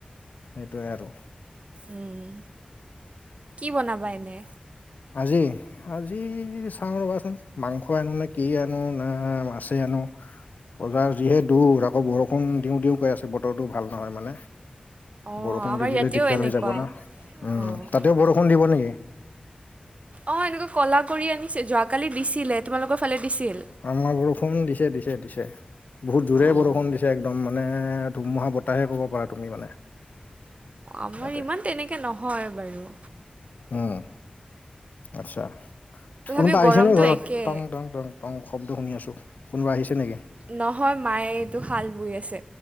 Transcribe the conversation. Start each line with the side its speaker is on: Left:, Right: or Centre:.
Left: সেইটোৱে আৰু।
Right: উম, কি বনাবা এনে?
Left: আজি আজি চাওঁ ৰ'বাচোন মাংস আনো নে কি আনো না মা ছে আনো। বজাৰ যিহে দূৰ আকৌ বৰষুণ দিওঁ দিওঁ কৰি আছে বতৰটো ভাল নহয় মানে।
Right: অঁ
Left: বৰষুণ
Right: আমাৰ
Left: দি দিলে
Right: ইয়াতেও
Left: দিগদাৰ
Right: এনেকুৱা
Left: হৈ যাব ন উম,
Right: অঁ
Left: তাতেও বৰষুণ দিব নেকি?
Right: অঁ এনেকুৱা ক'লা কৰি আনিছে যোৱাকালি দিছিলে। তোমালোকৰ ফালে দিছিল
Left: আমাৰ বৰষুণ দিছে দিছে দিছে বহুত জোৰে
Right: অঁ
Left: বৰষুণ দিছে একদম মা নে ধুমুহা বতাহে ক'ব পাৰা তুমি মানে
Right: আমাৰ
Left: ইয়াতে
Right: ইমান তেনেকে নহয় বাৰু।
Left: উম, আচ্ছা।
Right: তথাপিও
Left: কোনোবা আহিছে
Right: গৰমটো
Left: নি ঘৰত?
Right: একে
Left: টং টং টং টং শব্দ শুনি আছোঁ। কোনোবা আহিছে নেকি?
Right: নহয় মায়ে এইটো শাল বৈ আছে।